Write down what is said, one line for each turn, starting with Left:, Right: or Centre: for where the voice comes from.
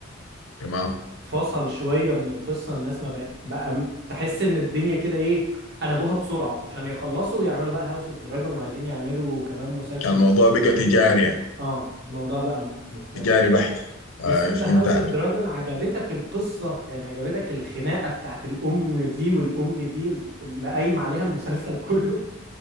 Left: تمام
Right: ففصل شوية من القصة الناس ما بقى, بقى م- تحس ان الدنيا كده ايه قلبوها بسرعة عشان يخلصوا ويعملوا بقى هاوس اوف دراجون وعايزين يعملوا كمان مسلسل
Left: الموضوع
Right: اسم
Left: بقى تجاري يعني
Right: اه الموضوع بقى م- مختلف
Left: تجاري بحت
Right: بس
Left: آه
Right: انت
Left: فهمت
Right: هاوس
Left: عليك
Right: اوف دراجون عجبتك القصة يعني عجبتك الخناقة بتاعت الام دي والام دي ال- اللي قايم عليها المسلسل كله